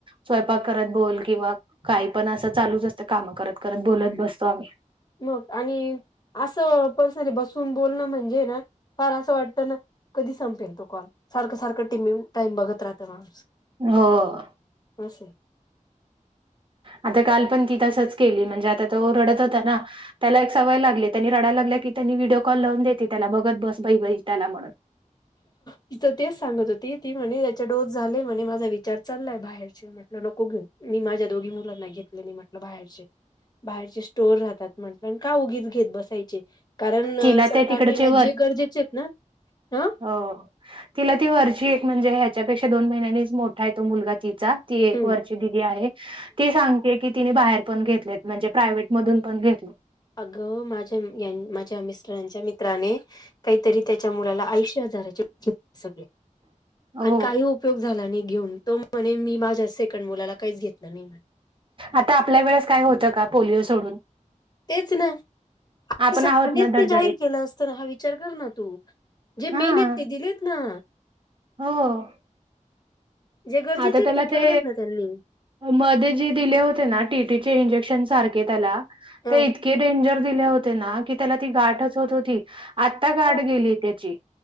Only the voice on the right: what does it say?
स्वयंपाक करत बोल. किंवा काही पण असं, चालूच असतं. कामं करत- करत बोलत बसतो आम्ही.
हो अ.
आता काल पण ती तसंच केली. म्हणजे, आता तो रडत होता ना त्याला एक सवय लागली. त्यांनी रडायला लागल्या की, त्यांनी व्हिडिओ कॉल लावून देती त्याला. बघत बस, बाई -बाई त्याला म्हणून.
तिला
ते तिकडचे
अ तिला ती वरची एक म्हणजे, ह्याच्यापेक्षा दोन महिन्यांनीच मोठाय. तो मुलगा तिचा. ती
एक वरची दीदी आहे. ती सांगते की, तिने बाहेर पण घेतलेत. म्हणजे प्रायवेट मधून पण घेतलेत.
हो.
आता आपल्या वेळेस काय होतं का, पोलिओ सोडून.
आपण
आहोत ना
धडधडीत.
हां.
हो.
आता
त्याला
ते
मध्ये जे दिले होते ना, टी टीचे इंजेक्शन सारखे त्याला
ते इतके डेंजर दिले होते ना. की त्याला, ती गाठच होत होती. आता गाट
गेलीय त्याची.